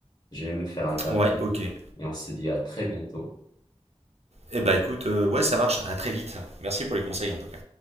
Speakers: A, on the left; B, on the right.
A: je vais me faire un café
B: Ouais, ok.
A: et on se dit à très bientôt.
B: Eh bah écoute, euh, ouais, ça marche. À très vite. Merci pour les conseils en tout cas.